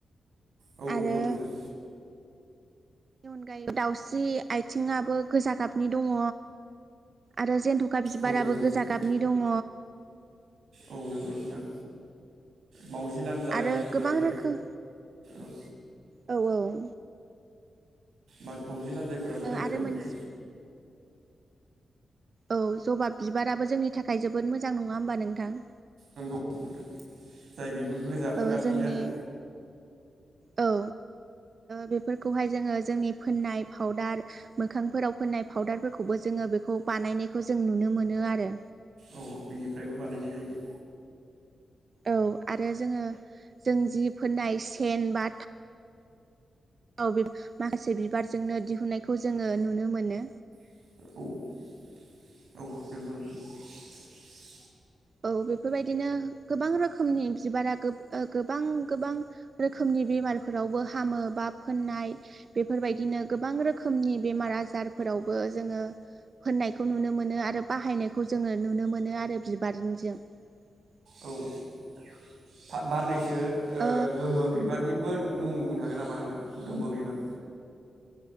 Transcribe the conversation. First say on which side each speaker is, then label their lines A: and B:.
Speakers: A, on the right; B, on the right.
A: औ औ
B: आरो
A: नंगौ नोंथां
B: बेनि अनगायै दाउस्रि आथिङाबो गोजा गाबनि दङ आरो जेनथ' अखा बिबाराबो
A: औ नंगौ
B: गोजा
A: नोंथां
B: गाबनि दङ
A: औ नंगौ नोंथां मावजि लान्जायफोराबो
B: आरो गोबां रोखोम
A: <inaudible>
B: औ औ
A: लान्जायफोराबो गोजा
B: आरो
A: गाबनि
B: मोनसे औ जबा बिबाराबो जोंनि थाखाय जोबोद मोजां नङा होमबा नोंथां
A: नंगौ जाय बेबो गोजा
B: ओ
A: गाबनि
B: जोंनि
A: आरो
B: औ ओ बेफोरखौहाय जोङो जोंनि फोननाय फावदार मोखांफोराव फोननाय फावउदारफोरखौबो जोङो बेखौ बानायनायखौ जों नुनो मोनो आरो
A: औ बेनिफ्रायबो बानायनाय जायो
B: औ आरो जोङो जों जि फोननाय सेन बा थाव माखासे बिबारजोंनो दिहुननायखौ जोङो नुनो मोनो
A: औ नोंगौ नोंथां
B: औ बेफोरबायदिनो गोबां रोखोमनि बिबारा गोबां गोबां रोखोमनि बेमारफोरावबो हामो बा फोननाय बेफोरबायदिनो गोबां रोखोमनि बेमार आजारफोरावबो जोङो फोननायखौ नुनो मोनो आरो बाहायनायखौ जोङो नुनो मोनो आरो <unintelligible>
A: औ बार ओ
B: ओ
A: गोमो बिबारनिबो मुं बुंनो हागोन नामा नोंथाङा गोमो बिबार